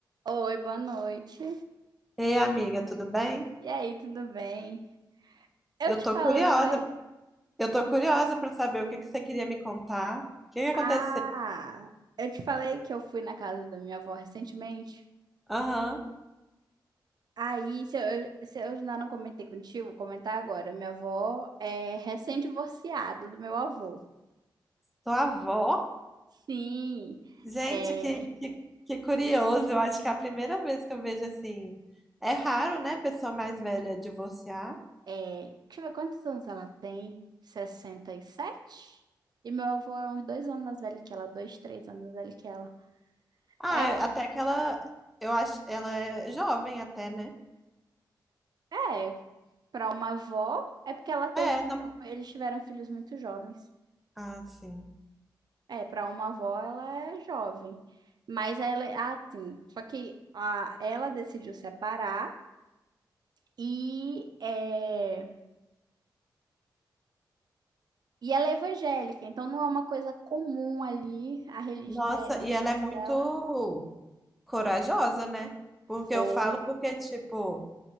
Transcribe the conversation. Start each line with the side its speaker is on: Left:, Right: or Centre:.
Right: Oi, boa noite.
Centre: Ei, amiga, tudo bem?
Right: E aí, tudo bem? Eu
Centre: Eu
Right: te
Centre: tô
Right: falo.
Centre: curiosa,
Right: Oi?
Centre: eu tô curiosa pra saber o que que você queria me contar. O que que aconteceu?
Right: Ah, eu te falei que eu fui na casa da minha avó recentemente.
Centre: Aham,
Right: Aí, se eu, se eu ainda não comentei contigo, vou comentar agora. Minha avó é recém-divorciada do meu avô.
Centre: Sua avó?
Right: Sim.
Centre: Gente,
Right: É,
Centre: que, que, que curioso. Eu acho que é a primeira vez que eu vejo assim. É raro, né, pessoa mais velha divorciar.
Right: é, deixa eu ver quantos anos ela tem. sessenta e sete. E meu avô é uns dois anos mais velho que ela, dois, três anos mais velho que ela.
Centre: Ah,
Right: É,
Centre: até que ela, eu acho, ela é jovem até, né?
Right: é, Para uma avó, é porque ela teve
Centre: É,
Right: filhos,
Centre: não.
Right: eles tiveram filhos muito jovens.
Centre: Ah, sim.
Right: É, para uma avó ela é jovem. Mas ela, é, ah, sim. Só que a, ela decidiu separar e é, e ela é evangélica, então não é uma coisa comum ali a religi-
Centre: Nossa,
Right: é, a religião
Centre: e ela é muito
Right: dela.
Centre: corajosa, né? Porque
Right: Foi,
Centre: eu falo porque, tipo,